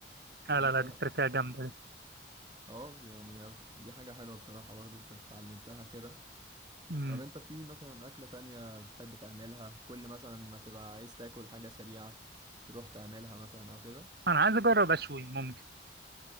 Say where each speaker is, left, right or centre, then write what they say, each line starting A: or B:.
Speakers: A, on the right (about 55°); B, on the right (about 25°).
A: لا
B: انت
A: لا لا دي تركية جامدة دي
B: اه يعني دي حاجة حلوة بصراحة برضو كنت اتعلمتها كده
A: امم
B: طب انت في مثلا أكلة تانية بتحب تعملها كل مثلا ما تبقى عايز تاكل حاجة سريعة تروح تعملها مثلا أو كده
A: انا عايز اجرب اشوي ممكن